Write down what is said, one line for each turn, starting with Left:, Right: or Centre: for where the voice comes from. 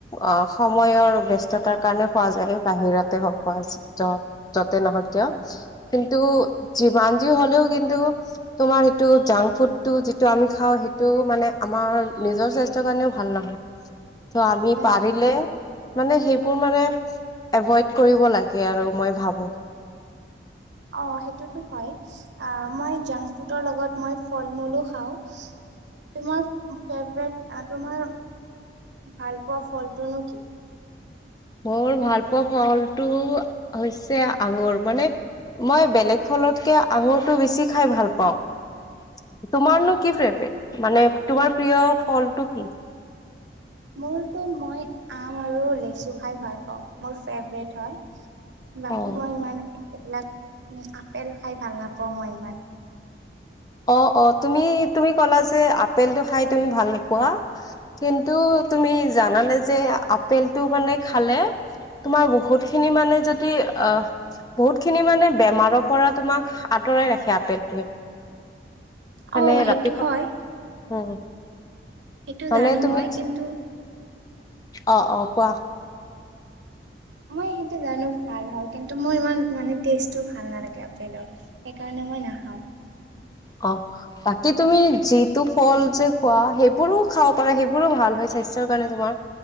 Left: অ সময়ৰ বস্ততাৰ কাৰণে খোৱা যায় বাহিৰতে হওক খোৱা য যতে নহওক কিয় কিন্তু যিমান যি হলেও কিন্তু তোমাৰ টো জাংক ফুডটো যিটো আমি খাওঁ সেইটো মানে আমাৰ নিজৰ স্বাস্থ্যৰ কাৰণেও ভাল নহয় ত আমি
Right: অ
Left: পাৰিলে মানে সেইবোৰ মানে এভইড কৰিব লাগে আৰু মই ভাবো
Right: অ সেইটোতো হয় মই জাংক ফুডৰ লগত মই ফল মূলো খাওঁ তোমাৰ ফেব্ৰেত তোমাৰ ভাল পোৱা ফলটোনো কি
Left: মোৰ ভাল পোৱা ফলটো হৈছে আঙুৰ মানে মই বেলেগ ফলতকে আঙুৰটো বেছি খাই ভাল পাওঁ তোমাৰনো কি ফেব্ৰেত মানে তোমাৰ প্ৰিয় ফল তু কি
Right: মোৰতো মই আম আৰু লেচু খাই ভাল পাওঁ মোৰ ফেভৰেট হয় বাকী
Left: অ
Right: মই ইমান এইবিলাক উ আপেল খাই ভাল নাপাওঁ মই ইমান
Left: অ অ তুমি তুমি ক'লা যে আপেলটো খাই তুমি ভাল নোপোৱা কিন্তু তুমি জানানে যে আপেলটো মানে খালে তোমাৰ বহুতখিনি মানে যদি বহুতখিনি মানে বেমাৰৰ পৰা তোমাক আঁতৰাই ৰাখে আপেলটোৱে মানে
Right: অ সেইটো
Left: ৰাতিপুৱা
Right: হয়
Left: উম
Right: সেইটো
Left: মানে
Right: জানো
Left: তুমি
Right: মই কিন্তু
Left: অ অ কোৱা
Right: মই সেইটো জানো ভাল হয় কিন্তু মোৰ ইমান মানে টেষ্ট ভাল নালাগে আপেলৰ সেইকাৰণে মই নাখাওঁ
Left: অ বাকী তুমি যিটো ফল যে খোৱা সেইবোৰো খাব পাৰা সেইবোৰো ভাল হয় স্বাস্থ্যৰ কাৰণে তোমাৰ